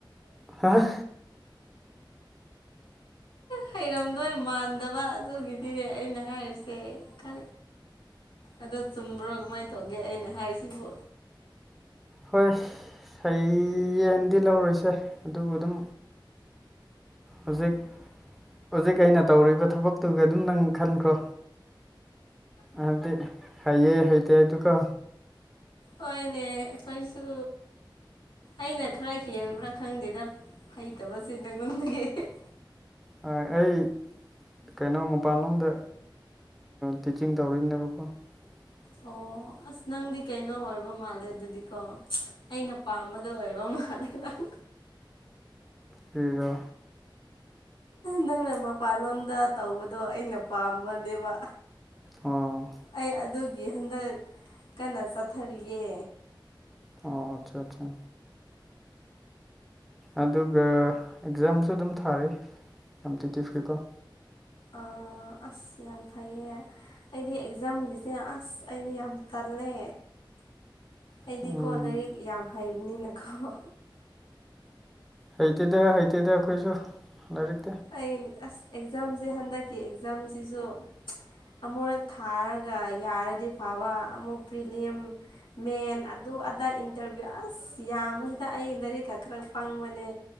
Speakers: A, in the centre; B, on the left.
A: ꯑꯁ
B: ꯍꯩꯔꯝꯗꯣꯏ ꯃꯥꯟꯗꯕ ꯑꯗꯨꯒꯤꯗꯤꯅꯦ ꯑꯩꯅ ꯍꯥꯏꯔꯤꯁꯦ ꯈ ꯑꯗꯣ ꯆꯨꯝꯕ꯭ꯔꯣ ꯀꯃꯥꯏꯅ ꯇꯧꯒꯦ ꯑꯩꯅ ꯍꯥꯏꯔꯤꯁꯤꯕꯨ
A: ꯍꯣꯏ ꯁꯌꯦꯡꯗꯤ ꯂꯧꯔꯨꯁꯦ ꯑꯗꯨꯕꯨ ꯑꯗꯨꯝ ꯍꯧꯖꯤꯛ ꯍꯧꯖꯤꯛ ꯑꯩꯅ ꯇꯧꯔꯤꯕ ꯊꯕꯛꯇꯨꯒ ꯑꯗꯨꯝ ꯅꯪ ꯈꯟꯈ꯭ꯔꯣ ꯍꯥꯏꯕꯗꯤ ꯍꯩꯌꯦ ꯍꯩꯇꯦ ꯑꯗꯨꯒ
B: ꯍꯣꯏꯅꯦ ꯏꯩꯈꯣꯏꯁꯨ ꯑꯩꯅ ꯈꯔ ꯍꯦꯟꯕ꯭ꯔꯥ ꯈꯪꯗꯦꯗ ꯍꯩꯇꯕꯁꯨ ꯅꯪꯉꯣꯟꯗꯒꯤꯦ
A: ꯑꯩ ꯀꯩꯅꯣ ꯃꯄꯥꯟꯂꯣꯝꯗ ꯇꯤꯆꯤꯡ ꯇꯧꯔꯤꯕꯅꯦꯕꯀꯣ <unintelligible>
B: ꯑꯣ ꯑꯁ ꯅꯪꯗꯤ ꯀꯩꯅꯣ ꯑꯣꯏꯕ ꯃꯥꯜꯂꯦ ꯑꯗꯨꯗꯤꯀꯣ ꯑꯩꯅ ꯄꯥꯝꯕꯗꯣ ꯑꯣꯏꯕ ꯃꯥꯜꯂꯦ ꯅꯪ
A: ꯄ꯭ꯔꯤꯔꯥ
B: ꯃꯦꯝꯃ <unintelligible> ꯃꯄꯥꯥꯟꯂꯣꯗ ꯇꯧꯕꯗꯣ ꯑꯩꯅ ꯄꯥꯝꯕꯅꯦꯕ
A: ꯑꯣ
B: ꯑꯩ ꯑꯗꯨ ꯒꯤ ꯍꯟꯗꯛ ꯀꯟꯅ ꯆꯠꯊꯔꯤꯌꯦ
A: ꯑꯣ ꯑꯆꯥ ꯑꯠꯆꯥ ꯑꯗꯨꯒ ꯑꯦꯛꯖꯥꯝꯁꯨ ꯑꯗꯨꯝ ꯊꯥꯔꯤ ꯀꯝꯄꯤꯇꯤꯇꯤꯞꯀꯤꯀꯣ
B: ꯑ ꯑꯁ ꯌꯥꯝ ꯐꯩꯌꯦ ꯑꯩꯗꯤ ꯖꯝꯒꯤꯁꯦ ꯑꯁ ꯑꯩꯅ ꯌꯥꯝ ꯇꯜꯂꯦ ꯑꯩꯗꯤꯀꯣ
A: ꯎꯝ
B: ꯂꯥꯏꯔꯤꯛ ꯌꯥꯝ ꯍꯩꯕꯅꯤꯅꯀꯣ
A: ꯍꯩꯇꯦꯗ ꯍꯩꯇꯦꯗ ꯑꯩꯈꯣꯏꯁꯨ ꯂꯥꯏꯔꯤꯛ
B: ꯑꯩ ꯑꯁ ꯑꯦꯛꯖꯥꯝꯁꯦ ꯍꯟꯗꯛꯀꯤ ꯑꯦꯛꯖꯥꯝꯁꯤꯁꯨ ꯑꯃꯨꯔꯛ ꯊꯥꯔꯒ ꯌꯥꯔꯗꯤ ꯐꯕ ꯑꯃꯨꯛ ꯄ꯭ꯔꯤꯂꯤꯌꯝ ꯃꯦꯟ ꯑꯗꯨ ꯑꯗꯥꯏ ꯏꯟꯇꯔꯚꯤꯌꯨ ꯑꯁ ꯌꯥꯝꯕꯁꯤꯗ ꯑꯩ ꯂꯥꯏꯔꯤꯛꯀ ꯈꯔ ꯄꯪꯕꯅꯦ